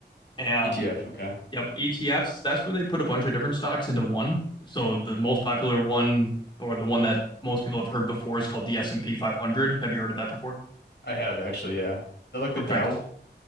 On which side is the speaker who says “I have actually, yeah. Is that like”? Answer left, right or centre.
Left